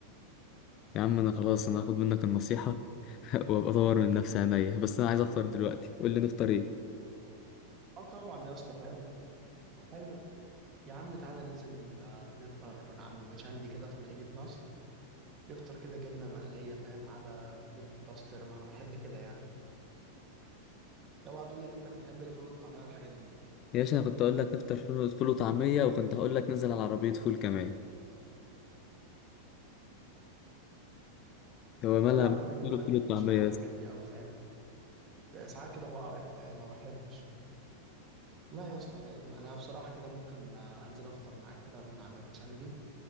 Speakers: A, on the left; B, on the right.
A: يا عم انا خلاص انا هاخد منك النصيحة <laughs> وابقى اطور من نفسي عينيا بس انا عايز افطر دلوقتي قول لي نفطر ايه
B: اه طبعا يا اسطى فاهم ايوه يا عم تعالى ننزل آه، نفطر من عم باشندي كده في مدينه نصر نفطر كده جبنه مقليه فاهم على بيض باسترما انا بحب كده يعني اوعى تقول لي ان انت بتحب الفول والطعميه والحاجات دي
A: يا باشا انا كنت اقول لك نفطر فول فول وطعمية وكنت هقول لك ننزل على عربية فول كمان هو مالها
B: لا انا بيني
A: ماله
B: وبينك
A: فول
B: ما
A: وطعمية
B: بيجيش معايا الحاجات دي قوي فاهم ساعات كده بقرف فاهم ما بحبش لا يا اسطى فاهم انا بصراحه كده ممكن آه، انزل افطر معاك كده من عم باشندي